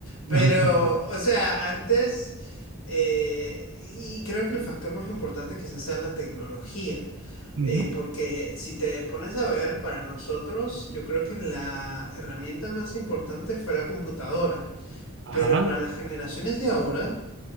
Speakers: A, on the right; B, on the left.
A: <laughs>
B: Pero, o sea, antes, eh, y creo que el factor más importante quizás sea la tecnología.
A: Ujú,
B: Eh, porque si te pones a ver, para nosotros, yo creo que la herramienta más importante fue la computadora.
A: Ajá,
B: Pero para las generaciones de ahora,